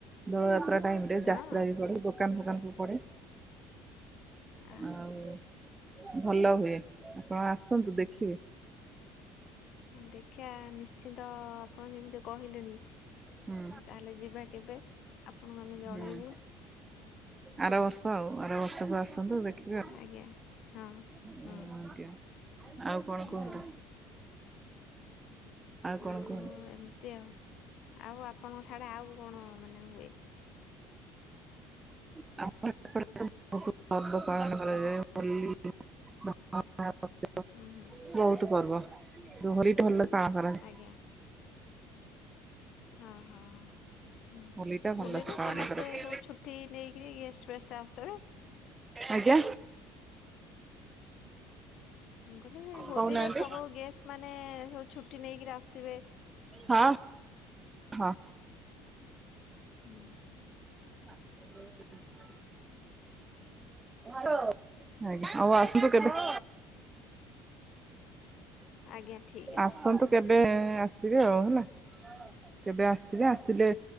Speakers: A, on the right (about 25°); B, on the left (about 60°).
A: ଦଳ ଯାତ୍ରା ଟାଇମରେ
B: ହଁ
A: ଯାତ୍ରାବି ପଡ଼େ ଦୋକାନ ଫୋକାନ କୁ ପଡ଼େ
B: ଆଚ୍ଛା
A: ଆଉ ଭଲ ହୁଏ ଆପଣ ଆସନ୍ତୁ ଦେଖିବେ।
B: ହ ଦେଖିଆ ନିଶ୍ଚିନ୍ତ ଆପଣ ଯେମିତି କହିଲେଣି?
A: ହୁଁ
B: ତାହେଲେ ଯିବା କେବେ ଆପଣଙ୍କୁ ଆମେ ଜଣେଇବୁ।
A: ହୁଁ ଆର ବର୍ଷ ଆଉ ଆର ବ ସବୁ ଆସନ୍ତୁ ଦେଖିବା
B: ଆଜ୍ଞା ହଁ
A: ଆଜ୍ଞା।
B: ହୁଁ
A: ଆଉ କଣ କୁହନ୍ତୁ?
B: ବ-
A: କଣ
B: ଆଉ
A: କୁହନ୍ତୁ
B: ଏମତି ଆଉ। ଆଉ ଆପଣଙ୍କ ସାଡେ ଆଉ କଣ ମାନେ ହୁଏ?
A: ଆ <inaudible> ହବ କଣ ହ <inaudible>
B: ଉଁ ହୁଁ।
A: ବହୁତ ପର୍ବ ହୋଲି ଭଲ। ପାଳନ କରାଯାଏ
B: ଆଜ୍ଞା ହଁ ହଁ। ହୁଁ
A: ହୋଲି ଟା ଭଲସେ
B: ହୋଲିରେ
A: ପାଳନ
B: ସମସ୍ତେ
A: କରାଯାଏ
B: ସବୁ ଛୁଟି ନେଇକିରି ଗେଷ୍ଟ ଫେଷ୍ଟ ଆସିଥିବେ।
A: ଆଜ୍ଞା।
B: ମୁଁ କଲି ହୋଲିରେ
A: କହୁନାହାନ୍ତି
B: ସବୁ ଗେଷ୍ଟମାନେ ସବୁ ଛୁଟି ନେଇକିରି ଆସୁଥିବେ?
A: ହଁ। ହଁ
B: ହୁଁ।
A: ଓ ହୁ <inaudible>
B: ହୁଁ।
A: ହଉ ଆଜ୍ଞା ଆଉ ଆସନ୍ତୁ କେବେ?
B: ଆଜ୍ଞା ଠିକ୍ ଅଛି
A: ଆସନ୍ତୁ। କେବେ ଆସିବେ ଆଉ ହେଲା କେବେ ଆସିବେ ଆସିଲେ,